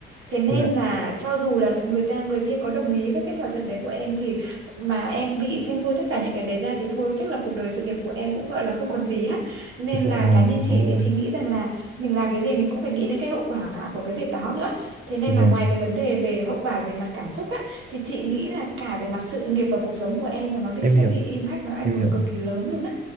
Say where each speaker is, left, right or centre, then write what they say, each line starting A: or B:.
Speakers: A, on the right; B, on the right.
A: Thế nên
B: Dạ,
A: là cho dù là người ta người kia có đồng ý với cái thỏa thuận đấy của em thì mà em bị phanh phui tất cả những cái đấy ra thì thôi chắc là cuộc đời sự nghiệp của em cũng gọi là không còn gì á. Nên
B: vâng,
A: là cá nhân chị
B: đúng
A: thì
B: rồi.
A: chị nghĩ rằng là mình làm cái gì mình cũng phải nghĩ đến cái hậu quả của cái việc đó nữa. Thế nên
B: Vâng,
A: là ngoài cái vấn đề về hậu quả về mặt cảm xúc á. Thì chị nghĩ là cả về mặt sự nghiệp và cuộc sống của em là nó bị
B: em
A: sẽ
B: hiểu,
A: bị impact nó ảnh
B: em
A: hưởng
B: hiểu.
A: cực kỳ lớn luôn á.